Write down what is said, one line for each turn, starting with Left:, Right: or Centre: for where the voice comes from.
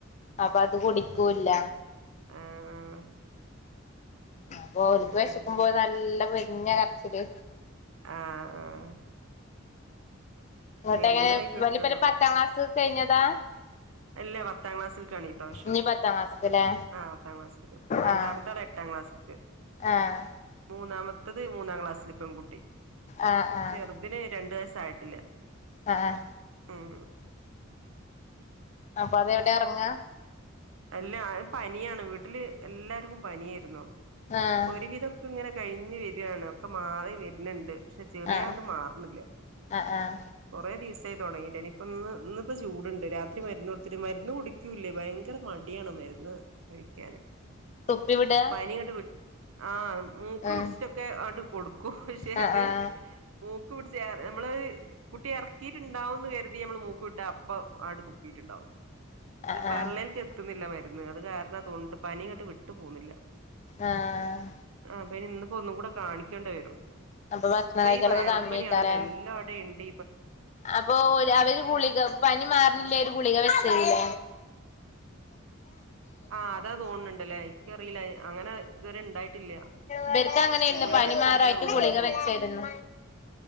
Left: അപ്പൊ അത് കുടിക്കൂല്ല
Right: ആഹ്
Left: അപ്പൊ ഓൽക്ക്
Right: ആഹ്
Left: വിശക്കുമ്പോ നല്ല പൊരിഞ്ഞ കരച്ചില്
Right: ആഹ ആഹ
Left: ഇങ്ങോട്ട
Right: വല്യതായി
Left: എങ്ങനെ
Right: കിട്ടണം
Left: വലിയല പത്താം ക്ലാസ് കഴിഞ്ഞതാ
Right: അല്ല പത്താം ക്ലാസ്സൽക്കാണ് ഈ പ്രാവശ്യം
Left: ഇഞ്ഞി പത്താം ക്ലാസ്ക്ക്ല്ലേ
Right: ആഹ് പത്താം ക്ലാസ്സിൽക്ക് രണ്ടാമത്തെ
Left: ആഹ്
Right: ആണ് എട്ടാം ക്ലാസ്സിൽക്ക്
Left: ആഹ്
Right: മൂന്നാമത്തത് മൂന്നാം ക്ലാസ്സിൽ പെൺകുട്ടി
Left: ആഹ് ആഹ്
Right: ചെറുതിന് രണ്ടു വയസ്സായിട്ടില്ല
Left: ആഹ്
Right: ഉം
Left: അപ്പൊ അതെവിടെ എറങ്ങ
Right: അല്ല പനിയാണ് വീട്ടില് എല്ലാർക്കും പനിയായിരുന്നു
Left: ആഹ്
Right: ഇപ്പൊ ഒരുവിധം ഇങ്ങനെ കഴിഞ് വരാണ് ഒക്കെ മാറി വരുന്നുണ്ട് പക്ഷെ ചെറിയൾത്
Left: ആഹ്
Right: മാറുന്നില്ല
Left: ആഹ് ആഹ്
Right: കുറെ ദിവസായി തുടങ്ങിട്ട് എനി ഇപ്പന്ന് ഇന്നിപ്പ ചൂടുണ്ട് രാത്രി മരുന്ന് കൊടുത്തിട്ട് മരുന്ന് കുടിക്കൂല്ലേ ഭയങ്കര മടിയാണ് മരുന്ന് കഴിക്കാന്
Left: തുപ്പി വിടാ
Right: പനിങ്ങട്ട് വി ആഹ് മൂക്ക്
Left: ആഹ്
Right: പിടിച്ചിട്ടൊക്കെ ആണ്ട് കൊടുക്കും പക്ഷെ
Left: ആഹ്
Right: അത്
Left: ആഹ്
Right: മൂക്ക് പിടിച്ച നമ്മളൊരു കുട്ടി എറക്കിയിട്ടുണ്ടാവുന്ന് കരുതി നമ്മള് മൂക്ക് വിട്ട പ്പം ആണ്ട് തുപ്പിട്ടുണ്ടാവും
Left: ആഹ്
Right: പള്ളൽക്ക്
Left: ആഹ്
Right: എത്തി ത്തുന്നില്ല മരുന്ന് അത് കാരണ തോന്നുണ്ട് പനി ഇങ്ങട്ട് വിട്ടു പോവുന്നില്ല
Left: ആഹ്
Right: ആഹ് അപ്പനി ഇന്ന്പ്പോ ഒന്നും കൂടെ കാണിക്കേണ്ടി വരും
Left: അപ്പൊ ഭക്ഷണം
Right: ഇപ്പൊ
Left: കഴിക്കലൊക്കെ
Right: ഈ വൈറൽ
Left: കമ്മിക്കാരേ
Right: പനിയാണല്ലോ എല്ലാടെ ഉണ്ട്
Left: അപ്പൊ ഓല് അവരും ഗുളിക പനി മാറണില്ല ഒരു ഗുളിക വെച്ചന്ന്ല്ലെ
Right: ആഹ് അതാ തോന്നണുന്നുണ്ടല്ലേ എനിക്കറിയില്ല അങ്ങനെ ഇതുവരെ ഇണ്ടായിട്ടില്ല
Left: ഇബൽക്ക് അങ്ങനെ ആയിനു
Right: ഗുളിക
Left: പനിമാറായിട്ട്
Right: വെച്ച് കൊടുക്കുക തോന്നുന്നുണ്ട്
Left: ഗുളിക
Right: ചെയ്യ
Left: വെച്ചായിരുന്നു